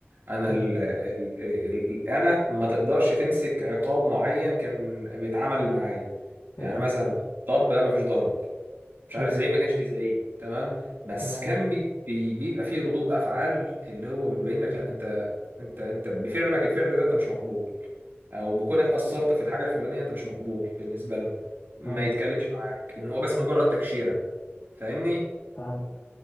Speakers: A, on the right; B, on the left.
A: انا
B: مم.
A: ال ال ال ال انا ما تقدرش تمسك عقاب معين كان بيتعامل معايا
B: حلو
A: يعني مثلا ضرب لا ما فيش ضرب مش
B: مم.
A: عارف زعيق ما كانش فيه زعيق تمام بس
B: تمام
A: كان بي بي بيبقى فيه ردود افعال اللي هو بتبين لك لا انت انت انت بفعلك الفعل ده انت مش مقبول او بكونك اثرت في الحاجه الفلانيه انت مش مقبول بالنسبه لنا ما
B: أيوه
A: يتكلمش معاك ان هو بس مجرد تكشيره فاهمني
B: فاهمك